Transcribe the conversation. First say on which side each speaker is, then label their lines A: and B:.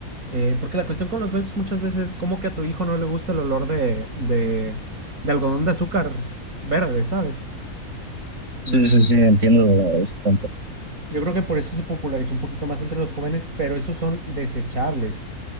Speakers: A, on the right; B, on the right.
A: Eh, porque la cuestión con los vapes muchas veces es como que a tu hijo no le gusta el olor de, de, de algodón de azúcar verde, ¿sabes?
B: Sí,
A: Y
B: sí, sí, entiendo ese punto.
A: yo creo que por eso se popularizó un poquito más entre los jóvenes, pero esos son desechables.